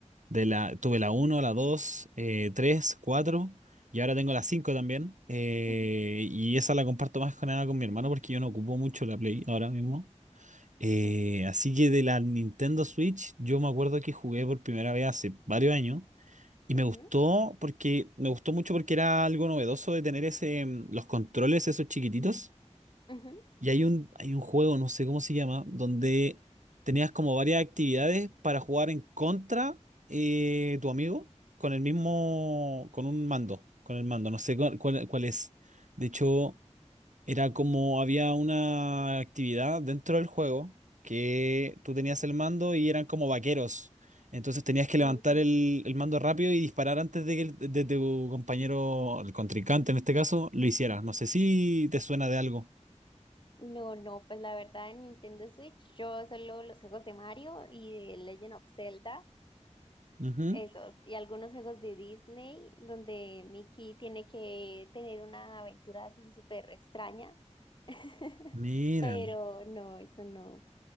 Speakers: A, on the right; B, on the left.
A: De la, tuve
B: sí.
A: la uno, la 2, eh, 3, 4 y ahora tengo la 5 también. Eh,
B: <laughs> Ujú,
A: y esa la comparto más que nada con mi hermano porque yo no ocupo mucho la Play ahora mismo. Eh,
B: Ok.
A: así que de la Nintendo Switch, yo me acuerdo que jugué por primera vez hace varios años. Y
B: Ujú,
A: me gustó porque me gustó mucho porque era algo novedoso de tener ese mm, los controles esos chiquititos.
B: ujú.
A: Y hay un hay un juego, no sé cómo se llama, donde tenías como varias actividades para jugar en contra eh, tu amigo con el mismo con un mando, con el mando, no sé cuál, cuál- cuál es. De hecho, era como había una actividad dentro del juego que tú tenías el mando y eran como vaqueros. Entonces tenías que levantar
B: Mm,
A: el, el mando rápido y disparar antes de que el- de tu compañero, el contrincante en este caso, lo hiciera. No sé si te suena de algo.
B: No, no, pues la verdad en Nintendo Switch yo solo los juegos de Mario y de Legend of Zelda
A: Ujú.
B: Esos, y algunos juegos de Disney donde Mickey tiene que tener una aventura así súper extraña. <laughs>
A: Mira,
B: Pero no, eso no.